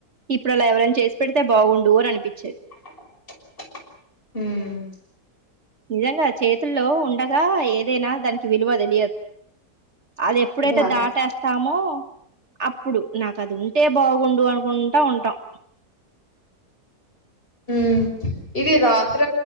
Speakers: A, on the right; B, on the left.
A: ఇప్పుడు అలా ఎవరెన్ చేసి పెడితే బాగుండు అని అనిపిత్
B: హ్మ
A: నిజంగా చేతుల్లో ఉండగా ఏ ఏదేనా దానికి విలువ తెలియద్ అది ఎప్పుడైతే
B: బా
A: దాటేస్తామో అప్పుడు నాకు అది ఉంటే బాగుండు అనుకుంటా ఉంటాం
B: ఉమ్ ఇది రాత్ర